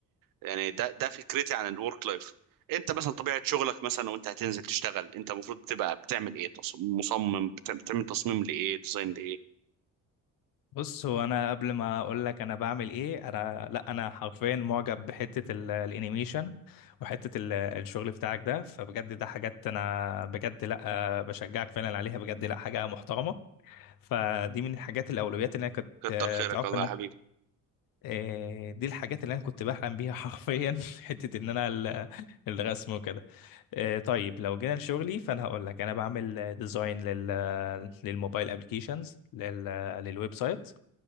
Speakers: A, on the right; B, on the left.
A: يعني ده ده فكرتي عن الورك لايف انت مثلا طبيعه شغلك مثلا وانت هتنزل تشتغل انت المفروض تبقى بتعمل ايه تص- مصمم بت- بتعمل تصميم لايه ديزاين لايه
B: بص هو انا قبل ما اقول لك انا بعمل ايه انا لا انا حرفيا معجب بحته ال- الانيميشن وحته ال- الشغل بتاعك ده فبجد ده حاجات انا بجد لا بشجعك فعلا عليها بجد لا حاجه محترمه فدي من الحاجات الأولويات اللي أنا كنت
A: كتر
B: آه،
A: خيرك
B: تعرف
A: الله
B: إن
A: يا حبيبي
B: آه، دي الحاجات اللي أنا كنت بحلم بيها حرفيا <laughs> حتة إن أنا ال- الرسم وكده آه، طيب لو جينا لشغلي فأنا هقول لك أنا بعمل ديزاين لل للموبايل أبلكيشنز لل للويب سايت